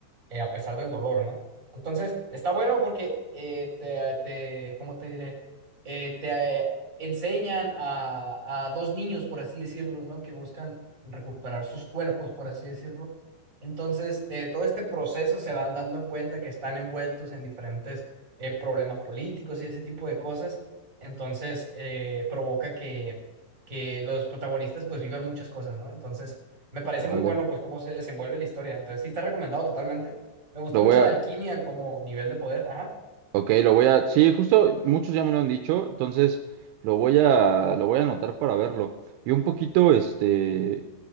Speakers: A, on the right; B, on the right.
A: eh, a pesar del dolor, ¿no? Entonces, está bueno porque eh, te, te, ¿cómo te diré? Eh, te eh, enseñan a, a dos niños, por así decirlo, ¿no? Que buscan recuperar sus cuerpos, por así decirlo. Entonces, de todo este proceso se van dando en cuenta que están envueltos en diferentes eh, problemas políticos y ese tipo de cosas. Entonces, eh, provoca que, que los protagonistas pues vivan muchas cosas, ¿no? Entonces, me parece
B: Vale.
A: muy bueno pues cómo se desenvuelve la historia. Entonces, sí está recomendado totalmente. Me gusta
B: Lo
A: mucho
B: voy a,
A: la alquimia como nivel de poder. Ajá.
B: ok, lo voy a, sí, justo muchos ya me lo han dicho, entonces lo voy a, lo voy a anotar para verlo. Y un poquito, este,